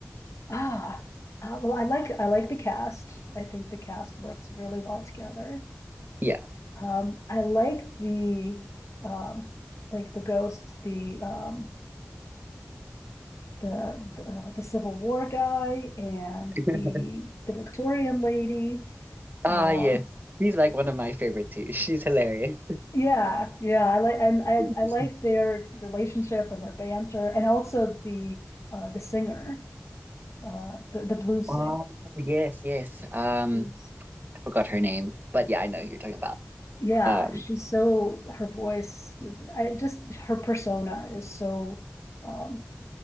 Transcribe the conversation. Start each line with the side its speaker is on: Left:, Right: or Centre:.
Left: Ah, uh, well, I like I like the cast. I think the cast works really well together.
Right: Yeah.
Left: Um, I like the um, like the ghosts, the um, the the, uh, the Civil War guy and
Right: <laughs>
Left: the the Victorian lady.
Right: Ah
Left: Um,
Right: yes. She's like one of my favorite too. She's hilarious.
Left: yeah, yeah, I like and I
Right: <laughs>
Left: I like their relationship and their banter, and also the uh, the singer, uh, the the blues
Right: Oh
Left: singer.
Right: yes, yes. Um
Left: She's
Right: forgot her name, but yeah, I know who you're talking about.
Left: Yeah,
Right: Um,
Left: she's so her voice, I just her persona is so um